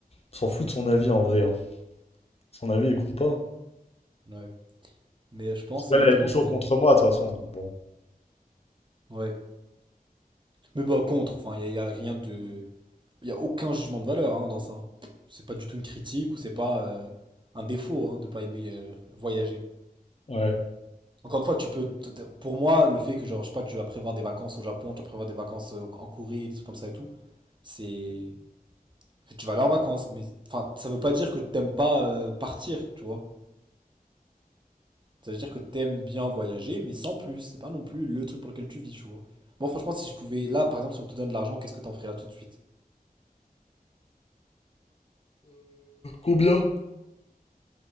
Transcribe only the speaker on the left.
s'en fout de son avis en vrai, hein. Son avis, il compte pas.
Elle,
elle est toujours
contre moi, de toute façon, donc bon.
Ouais.
non.